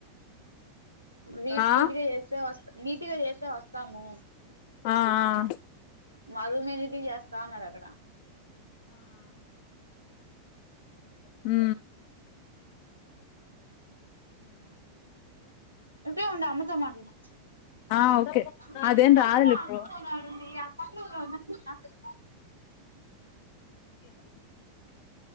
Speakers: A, on the left; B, on the left.
A: నీట్
B: ఆ
A: నీట్గా చేస్తే వస్త నీటిగా చేస్తేవాస్తాము
B: ఆ ఆ
A: మారు మెనిది చేస్త అన్నారటగా
B: ఉ
A: అ బే ఉండా అమ్మతో మాట్లాడు <inaudible>
B: ఆ ఓకే అదేం రాదులే ఇప్పుడు